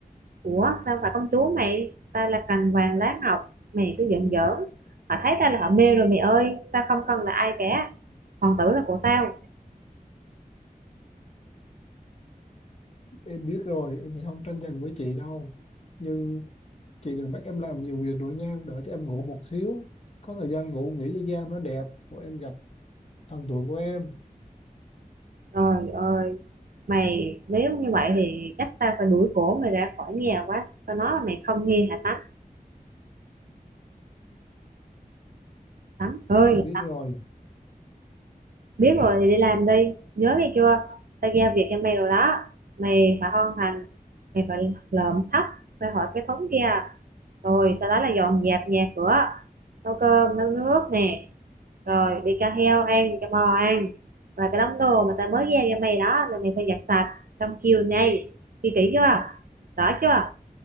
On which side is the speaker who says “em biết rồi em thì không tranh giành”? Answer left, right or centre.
Left